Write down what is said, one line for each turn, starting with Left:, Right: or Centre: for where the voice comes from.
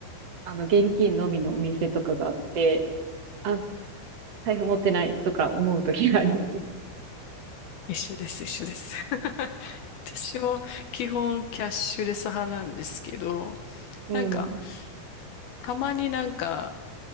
Right: あの、現金のみのお店とかがあって、あ、財布持ってないとか思う時があります。
Left: 一緒です、一緒です。<laughs> 私も基本キャッシュレス派なんですけど、
Right: うん。
Left: なんか、たまになんか、